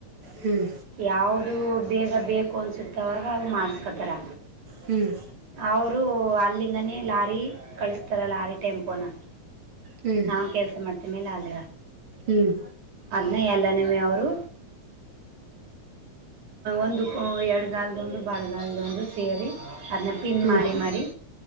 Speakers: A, on the right; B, on the right.
A: ಹ್ಮ್
B: ಯಾವ್ದು ಬೇಗ ಬೇಕು ಅನ್ಸುತ್ತವರ್ ಅವು ಮಾಡ್ಸ್ಕ ರ
A: ಹ್ಮ್
B: ಅವ್ರು ಅಲ್ಲಿಂದನೇ ಲಾರಿ ಕಳಿಸ್ತಾರ ಲಾರಿ ಟೆಂಪೋನ
A: ಹ್ಮ್
B: ನಾವ ಕೆಲ್ಸ ಮಾಡ್ತವಿ ಮೇಲೆ ಅಲ್
A: ಹ್ಮ್
B: ಅಲ್ಲಿ ಎಲ್ಲ ಅವರು ಒಂದು ಕೂ ಎರಡು ಕೂ ಗಾಲ್ದೊಂದು ಬಳಗಾಲ್ದೊಂದು ಸೇರಿ ಅದನ್ನ ಪಿನ್
A: ಹ್ಮ್
B: ಮಾಡಿ ಮಾಡಿ